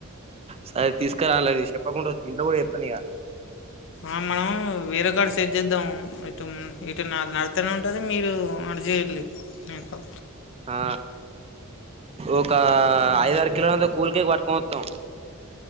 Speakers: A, on the right; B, on the left.
A: సరే తీస్కరాన్ లే నీక్ షెప్పకుండా వస్ ఇంట్లో కూడా చెప్పను ఇగ
B: ఆ మనం వేరే సోట చేద్దాం ఇటు మ్ ఇటు నా నడుత్తనే ఉంటది మీరు జెయ్యట్లేదు ఏంటో
A: ఆ ఒక ఐదారు కిలోలంతా కూల్ కేక్ పట్టుకో వొత్తాం